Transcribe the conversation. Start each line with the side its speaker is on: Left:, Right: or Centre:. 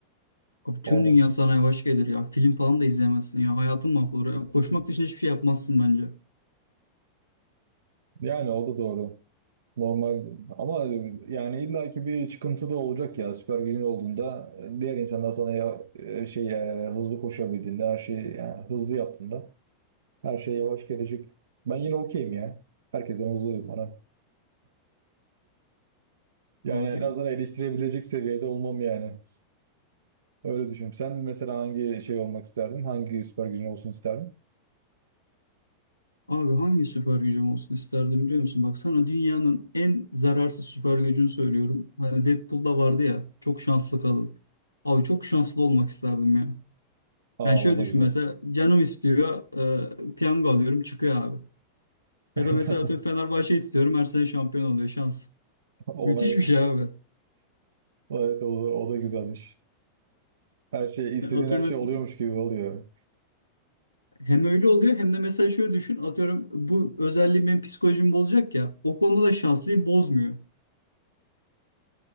Left: Abi tüm
Right: O da.
Left: dünya sana yavaş gelir ya. Film falan da izleyemezsin ya. Hayatın mahvolur. ya. Koşmak dışında hiçbir şey yapmazsın bence.
Right: Yani o da doğru. Normal ama e, yani illaki bir çıkıntı da olacak ya süper gücün olduğunda e, diğer insanlar sana ya, e, şey e, hızlı koşabildiğinde her şeyi yani hızlı yaptığında her şey yavaş gelecek. Ben yine okeyim ya. Herkesten hızlıyım bana. Yani
Left: Abi
Right: en azından eleştirebilecek seviyede olmam yani. Öyle düşünüyorum. Sen mesela hangi şey olmak isterdin? Hangi süper gücün olsun isterdin?
Left: Abi hangi süper gücüm olsun isterdim biliyor musun? Bak sana dünyanın en zararsız süper gücünü söylüyorum. Hani Deadpool'da vardı ya çok şanslı kadın. Abi çok şanslı olmak isterdim ya.
Right: Aa
Left: Yani şöyle
Right: o da
Left: düşün
Right: güzel.
Left: mesela canım istiyor e, piyango alıyorum çıkıyor abi. Ya
Right: <laughs>
Left: da mesela atıyorum Fenerbahçe'yi tutuyorum her sene şampiyon oluyor şans.
Right: Ona
Left: Müthiş
Right: yet.
Left: bir şey abi.
Right: Evet o da, o da güzelmiş. Her şey istediğin
Left: Yani atıyorum
Right: her şey
Left: mes-
Right: oluyormuş gibi oluyor.
Left: hem öyle oluyor hem de mesela şöyle düşün atıyorum bu özelliği benim psikolojimi bozacak ya o konuda da şanslıyım bozmuyor.